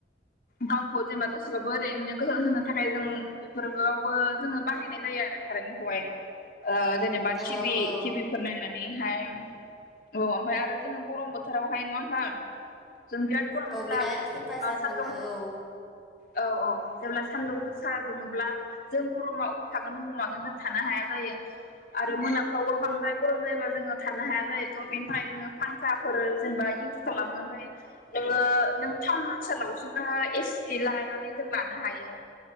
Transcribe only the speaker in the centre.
औ
औ
औ
बिराद हेफाजाब
मोनो औ